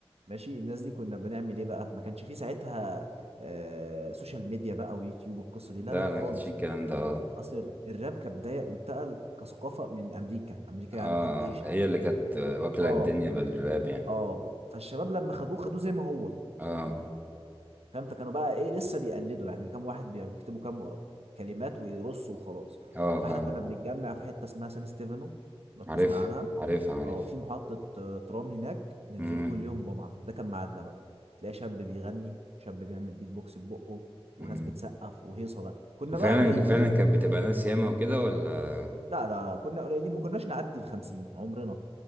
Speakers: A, on the right (about 75°); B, on the right (about 15°).
A: ماشي الناس دي كنا بنعمل ايه بقى ما كانش فيه ساعتها آه سوشيال ميديا بقى ويوتيوب والقصه دي لا
B: لا
A: لا لا
B: انا
A: خالص
B: ما كانش فيه الكلام ده اه
A: اصل الراب كبدايه انتقل كثقافه من امريكا امريكا
B: اه
A: يعني كانت ايش
B: هي اللي كانت واكله
A: اه
B: الدنيا بالراب يعني
A: اه فالشباب لما خدوه خدوه زي ما هو
B: اه
A: فاهم فكانوا بقى ايه لسه بيقلدوا يعني كام واحد بي- بيكتبوا كام كلمات ويرصوا وخلاص
B: اه
A: فاحنا
B: فاهم
A: كنا بنتجمع في حته اسمها سان ستيفانو لو تسمع
B: عارف
A: عنها
B: عارف عارف
A: اه في محطه آه، ترام هناك ننزلوا
B: امم
A: كل يوم جمعه ده كان ميعادنا بقى تلاقي شاب بيغني شاب بيعمل بيت بوكس ببقه وناس
B: امم
A: بتسقف وهيصه بقى كنا
B: وفعلا
A: بقى قليلين
B: فعلا كانت بتبقى ناس ياما وكده ولا
A: لا لا لا كنا قليلين ما كناش نعدي ال 50 عمرنا